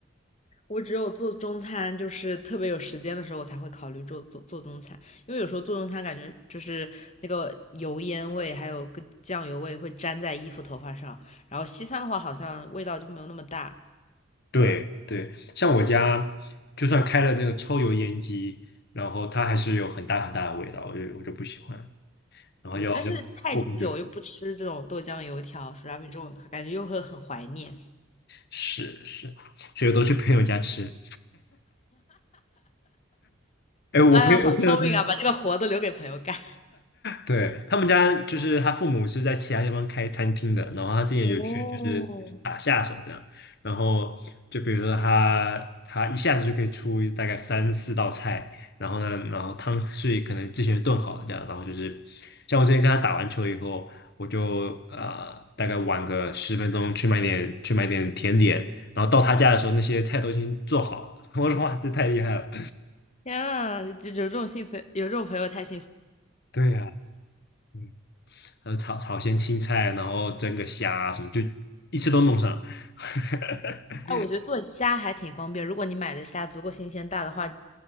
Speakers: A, on the left; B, on the left.
A: 我只有做中餐，就是特别有时间的时候，我才会考虑做做做中餐，因为有时候做中餐感觉就是那个油烟味，还有个酱油味会粘在衣服、头发上。然后西餐的话，好像味道就没有那么大。
B: 对对，像我家就算开了那个抽油烟机，然后它还是有很大很大的味道，我就我就不喜欢。然后要要过很久。
A: 对，但是太久又不吃这种豆浆油条、手抓饼这种，感觉又会很怀念。
B: 是是，所以我都去朋友家吃。哎，我朋友我朋友他
A: 哎呦，好聪明啊，把这个活都留给朋友干。
B: 对，他们家就是他父母是在其他地方开餐厅的，然后他之前有去就是打下手这样，
A: 哦，
B: 然后就比如说他他一下子就可以出大概三四道菜，然后呢，然后汤是可能之前炖好的这样，然后就是像我之前跟他打完球以后，我就呃大概晚个十分钟去买点去买点甜点，然后到他家的时候那些菜都已经做好了，<laughs> 我说哇这太厉害了，
A: 天啊，就有这种幸福，有这种朋友太幸福。
B: <laughs> 对呀、嗯还有炒炒些青菜，然后蒸个虾啊什么，就一次都弄上了。<laughs>
A: 哎，我觉得做虾还挺方便，如果你买的虾足够新鲜大的话，